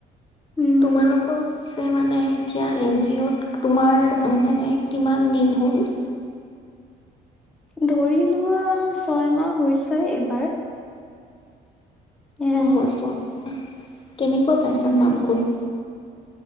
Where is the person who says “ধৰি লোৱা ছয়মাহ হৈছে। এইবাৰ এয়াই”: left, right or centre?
Centre